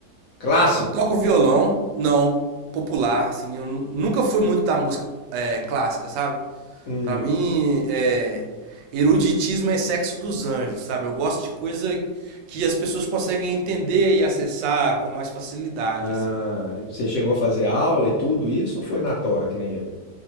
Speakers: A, on the left (about 70°); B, on the right (about 85°).
A: clássico?
B: Toco violão, não, popular, assim. Eu nu- nunca fui muito da música é, clássica, sabe?
A: Hum.
B: Pra mim, é, eruditismo é sexo dos anjos, sabe? Eu gosto de coisa que as pessoas conseguem entender e acessar com mais facilidade,
A: Ah,
B: assim.
A: e você chegou a fazer aula e tudo isso ou foi na tora que nem eu?